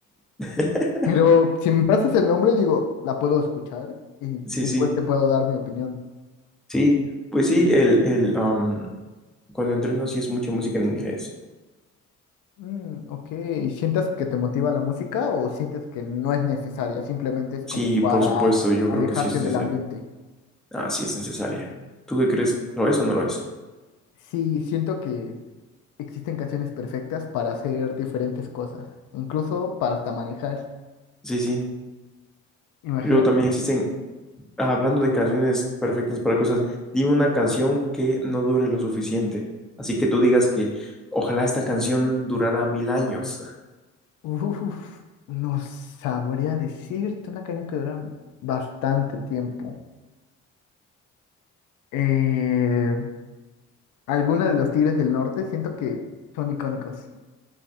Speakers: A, in the centre; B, on the left.
A: <laughs>
B: pero si me pasas el nombre, digo, la puedo escuchar y
A: Sí,
B: después
A: sí,
B: te puedo dar mi opinión.
A: sí, pues sí, el, el, am, cuando entreno sí es mucha música en inglés.
B: Mm, ok, ¿sientes que te motiva la música o sientes que no es necesaria? Simplemente es
A: Sí,
B: como para
A: por supuesto, yo
B: alejarte
A: creo que sí es necesaria.
B: del ambiente.
A: Ah, sí es necesaria. ¿Tú qué crees? ¿Lo es o no lo es?
B: Sí, siento que existen canciones perfectas para hacer diferentes cosas, incluso para hasta manejar.
A: Sí, sí.
B: Imagina,
A: Luego también existen Hablando de canciones perfectas para cosas, dime una canción que no dure lo suficiente. Así que tú digas que ojalá esta canción durara mil años.
B: uf, no sabría decirte una canción que dura bastante tiempo. Eh, alguna de los Tigres del Norte siento que son icónicos.